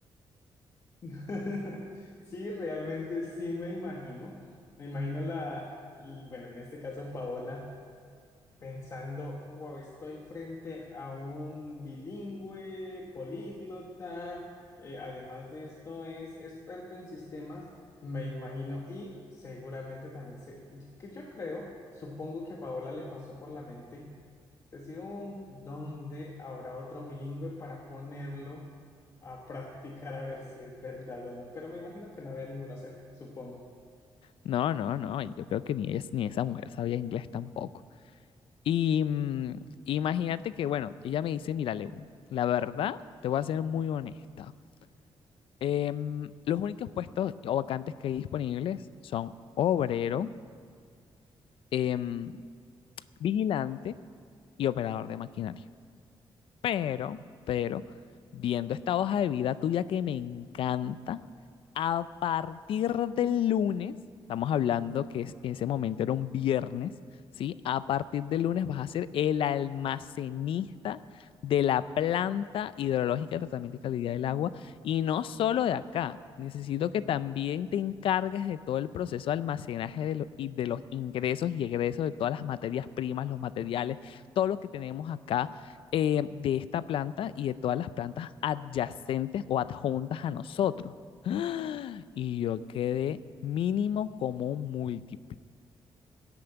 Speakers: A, on the left; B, on the left.
A: <laughs> Sí, realmente sí me imagino. Me imagino la, l- bueno, en este caso Paola. pensando, wow, estoy frente a un bilingüe, políglota, eh, además de esto es experto en sistemas, me imagino, y seguramente también sé, que yo creo, supongo que a Paola le pasó por la mente decir, un ¿dónde habrá otro bilingüe para ponerlo a practicar a ver si es verdad o no? Pero me imagino que no había ninguno cerca, supongo.
B: No, no, no, yo creo que ni es ni esa mujer sabía inglés tampoco. Y mm, imagínate que, bueno, ella me dice, mira, Lewin, la verdad, te voy a ser muy honesta. Em, los únicos puestos o vacantes que hay disponibles son obrero, em, vigilante y operador de maquinaria. Pero, pero, viendo esta hoja de vida tuya que me encanta, a partir del lunes, estamos hablando que es- ese momento era un viernes, ¿sí? A partir del lunes vas a ser el almacenista de la planta hidrológica de tratamiento y calidad del agua, y no solo de acá. Necesito que también te encargues de todo el proceso de almacenaje de lo- y de los ingresos y egresos de todas las materias primas, los materiales, todo lo que tenemos acá eh, de esta planta y de todas las plantas adyacentes o adjuntas a nosotros. <gasps> ¡Ah! Y yo quedé mínimo como un múltiple.